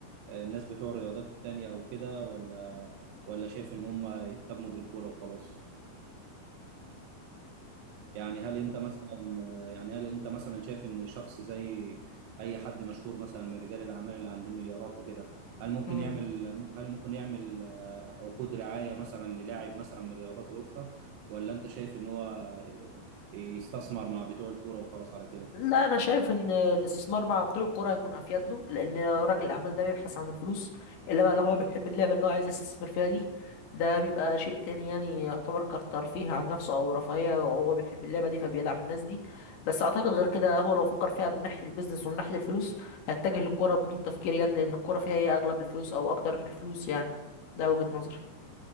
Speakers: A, on the right; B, on the left.
A: آه، الناس بتوع الرياضات التانية او كده ولا ولا شايف ان هم يهتموا بالكورة وخلاص يعني هل انت مثلا يعني هل انت مثلا شايف ان شخص زي اي حد مشهور مثلا من رجال الاعمال اللي عندهم مليارات وكده هل ممكن
B: أم،
A: يعمل هل ممكن يعمل آه، عقود رعاية مثلا للاعب مثلا من الرياضات الاخرى ولا انت شايف ان هو آه، يستثمر مع بتوع الكورة وخلاص على كده
B: لا انا شايف ان الاستثمار مع بتوع الكوره هيكون افيد له لان راجل الاعمال ده بيبحث عن الفلوس الا بقى لو هو بيحب اللعبه اللي هو عايز يستثمر فيها دي ده بيبقى شيء تاني يعني يعتبر كترفيه عن نفسه او رفاهيه وهو بيحب اللعبه دي فبيدعم الناس دي بس اعتقد غير كده هو لو فكر فيها من ناحيه البيزنس ومن ناحيه الفلوس هيتجه للكوره بدون تفكير يعني لان الكوره فيها هي اغلب الفلوس او اكتر الفلوس يعني ده وجهه نظري